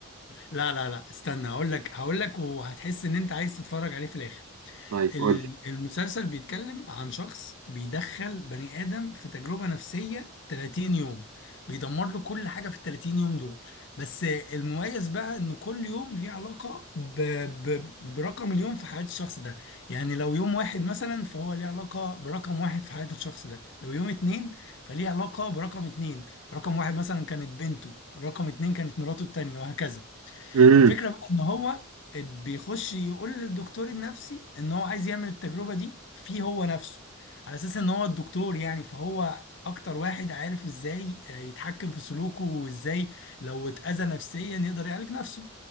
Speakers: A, on the left; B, on the right.
A: لا لا لا استنى هقول لك هقول لك وهتحس إن أنت عايز تتفرج عليه في الآخر
B: طيب
A: ال-
B: قول لي
A: المسلسل بيتكلم عن شخص بيدخل بني آدم في تجربة نفسية 30 يوم بيدمر له كل حاجة في ال 30 يوم دول بس المميز بقى إن كل يوم ليه علاقة ب... ب... برقم اليوم في حياة الشخص ده يعني لو يوم واحد مثلا فهو ليه علاقة برقم واحد في حياة الشخص ده لو يوم اتنين فليه علاقة برقم اتنين فرقم واحد مثلا كانت بنته رقم اتنين كانت مراته التانية وهكذا
B: امم
A: الفكرة بقى ان هو بيخش يقول للدكتور النفسي ان هو عايز يعمل التجربة دي فيه هو نفسه على اساس ان هو الدكتور يعني فهو اكتر واحد عارف ازاي يتحكم في سلوكه وازاي لو اتأذى نفسيا يقدر يعالج نفسه